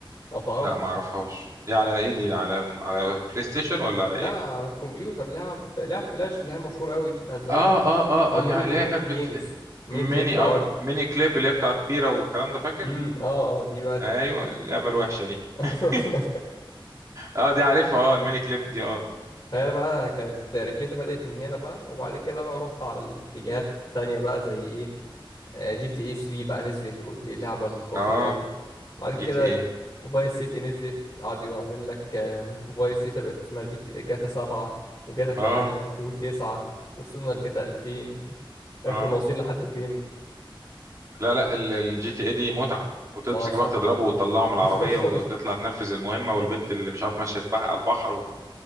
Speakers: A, on the left; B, on the right.
A: لو تعرفها
B: لا ما اعرفهاش دي على ايه دي على على بلاي ستيشن ولا على
A: لا
B: ايه
A: على الكمبيوتر لعب لعب فلاش اللي هي مشهورة أوي دي بتاعت زمان
B: اه اه اه
A: أو
B: اه
A: ميني
B: يعني اللي
A: ميني
B: هي كانت
A: جيمز
B: بت...
A: ميني
B: ميني
A: كليب ارت
B: اه ميني كليب اللي هي بتاعت بيرة والكلام ده فاكر
A: امم اه اه دي بقى
B: ايوه
A: دي.
B: اللعبه الوحشه دي
A: <laughs>
B: <laughs> اه دي عارفها اه الميني كليب دي اه
A: هي بقى انا كانت رحلتي بدأت من هنا بقى وبعد كده بقى رحت على الاتجاهات التانية بقى زي ايه آه، جي تي اي 3 بقى نزلت قلت ايه اللعبة الخطيرة
B: اه
A: دي بعد كده
B: جي تي ايه
A: فايس سيتي نزلت قعدوا يعمل لك فايس سيتي <laughs> بقت اسمها جي تي جاتا 7 وجاتا 8
B: اه
A: و9 وصلنا لجاتا 2000 عارف
B: اه
A: كنا واصلين لحد فين
B: لا لا الجي تي ايه دي متعه وتمسك
A: اه الصراحة
B: روح تضربه وتطلعه من العربيه
A: <laughs>
B: وتطلع تنفذ المهمه والبنت اللي مش عارف ماشيه بحق على البحر و...